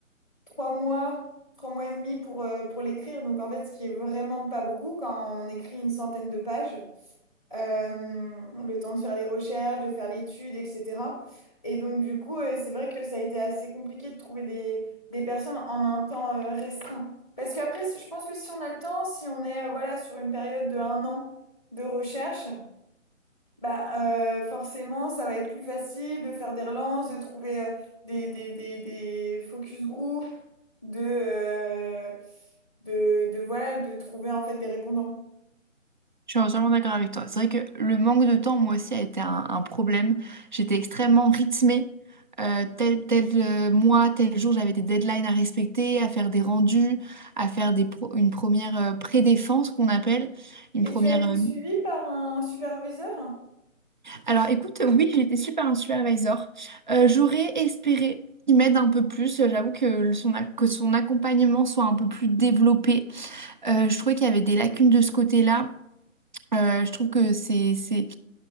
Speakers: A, in the centre; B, on the right.
A: trois mois, trois mois et demi pour, euh, pour l'écrire. Donc en fait, ce qui est vraiment pas beaucoup quand on écrit une centaine de pages, Euh, le temps de faire les recherches, de faire l'étude, etc. Et donc du coup, euh, c'est vrai que ça a été assez compliqué de trouver des, des personnes en un temps euh, restreint. Parce qu'après, je pense que si on a le temps, si on est euh, voilà, sur une période de un an de recherche, bah, euh, forcément, ça va être plus facile de faire des relances, de trouver euh, des, des, des, des focus group, de, euh, de, de, voilà, de trouver en fait des répondants.
B: Je suis entièrement d'accord avec toi. C'est vrai que le manque de temps, moi aussi, a été un, un problème. J'étais extrêmement rythmée. Euh, tel, tel euh, mois, tel jour, j'avais des deadlines à respecter, à faire des rendus, à faire des pro- une première euh, pré-défense qu'on appelle. Une
A: Et
B: première.
A: tu as été
B: euh,
A: suivi par un superviseur?
B: Alors écoute, oui, j'étais super un supervisor. Euh, j'aurais espéré qu'il m'aide un peu plus. J'avoue que le- son, ac- que son accompagnement soit un peu plus développé. Euh, je trouvais qu'il y avait des lacunes de ce côté-là. Euh, je trouve que c'est, c'est-